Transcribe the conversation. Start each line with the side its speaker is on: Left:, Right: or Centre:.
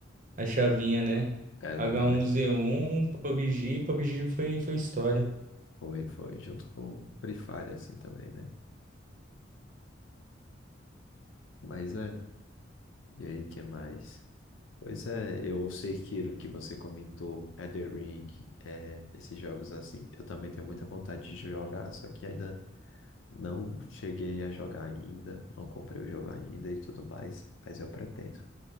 Right: a chavinha, né?
Left: É, exatamente.
Right: h um z 1 PUBG, PUBG foi, foi história.
Left: Foi, foi. Junto com Free Fire, assim também, né? Mas é. E aí, que mais? Pois é, eu sei, Kiro, que você comentou Elden Ring, é, esses jogos assim. Eu também tenho muita vontade de jogar, só que ainda. Não cheguei a jogar ainda, não comprei o jogo ainda e tudo mais, mas eu pretendo